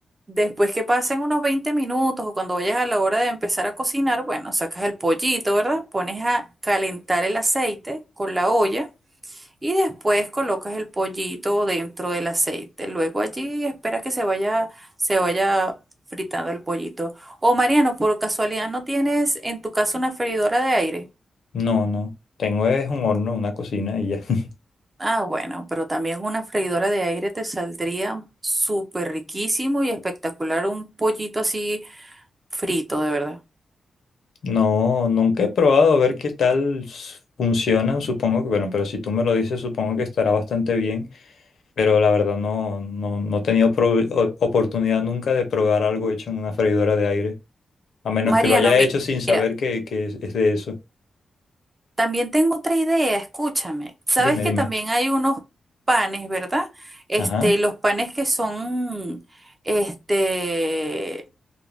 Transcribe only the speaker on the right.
después que pasen unos 20 minutos o cuando vayas a la hora de empezar a cocinar, bueno, sacas el pollito, ¿verdad? Pones a calentar el aceite con la olla y después colocas el pollito dentro del aceite. Luego allí espera que se vaya, se vaya fritando el pollito. O Mariano, por casualidad, ¿no tienes en tu casa una freidora de aire?
Ah, bueno, pero también una freidora de aire te saldría súper riquísimo y espectacular un pollito así frito, de verdad.
Mariano,
mi-
mira,
también tengo otra idea, escúchame. Sabes
que
también hay unos panes, ¿verdad? Este,
los panes que son, este,